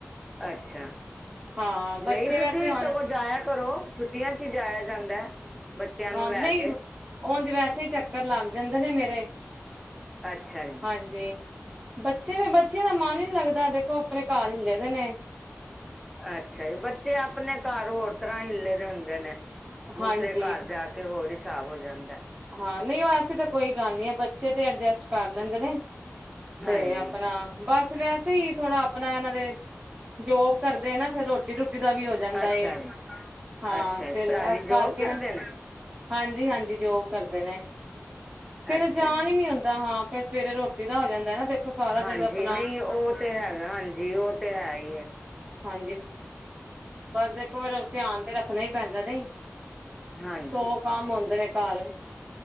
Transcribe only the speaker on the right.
ਹਾਂ ਬੱਚੇ
ਵੈਸੇ ਹੁਣ
ਆਉਂਦੇ
ਉਂਝ ਵੈਸੇ ਈ ਚੱਕਰ ਲੱਗ ਜਾਂਦੇ ਨੇ ਮੇਰੇ।
ਹਾਂਜੀ ਬੱਚੇ ਵੀ ਬੱਚਿਆਂ ਦਾ ਮਨ ਈ ਨੀ ਲੱਗਦਾ ਦੇਖੋ ਆਪਣੇ ਘਰ ਰਹਿੰਦੇ ਨੇ।
ਹਾਂਜੀ
ਹਾਂ ਨਹੀਂ ਉਹ ਐਸੀ ਤੇ ਕੋਈ ਗੱਲ ਨਹੀਂ ਆ ਬੱਚੇ ਤੇ ਅਡਜਸਟ ਕਰ ਲੈਂਦੇ ਨੇ‌ ਤੇ
ਆਪਣਾ ਬਸ ਵੈਸੇ ਈ ਥੋੜਾ ਆਪਣਾ ਇਹਨਾਂ ਦੇ ਜੋਬ ਕਰਦੇ ਆ ਨਾ ਫਿਰ ਰੋਟੀ-ਰੂਟੀ ਦਾ ਵੀ ਹੋ ਜਾਂਦਾ
ਏ।
ਹਾਂ
ਫਿਰ
ਐਸ
ਕਰਕੇ
ਨਾ
ਹਾਂਜੀ-ਹਾਂਜੀ ਜੋਬ ਕਰਦੇ ਨੇ। ਫਿਰ
ਜਾਨ
ਈ ਨੀ ਹੁੰਦਾ ਹਾਂ ਫਿਰ ਸਵੇਰੇ ਰੋਟੀ ਦਾ ਹੋ ਜਾਂਦਾ ਨਾ ਦੇਖੋ ਸਾਰਾ
ਦਿਨ। ਆਪਣਾ
ਹਾਂਜੀ ਬਸ ਇੱਕ ਵਾਰ ਧਿਆਨ ਤੇ ਰੱਖਣਾ ਈ ਪੈਂਦਾ ਨਹੀਂ
ਸੌ
ਕੰਮ ਹੁੰਦੇ ਨੇ ਘਰ।